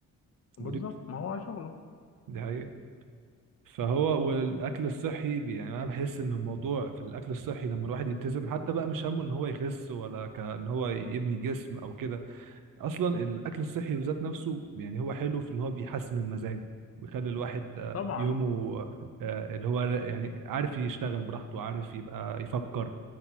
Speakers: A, on the left; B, on the right.
A: بالظبط
B: ودي
A: ما هو شغله
B: دي حقيقة فهو والاكل الصحي بي- يعني انا بحس ان الموضوع في الاكل الصحي لما الواحد يلتزم حتى بقى مش همه ان هو يخس ولا كان هو يبني جسم او كده اصلا الاكل الصحي بذات نفسه يعني هو حلو في ان هو بيحسن المزاج ويخلي الواحد آه،
A: طبعا
B: يومه آه، اللي هو يعني عارف يشتغل براحته عارف يبقى يفكر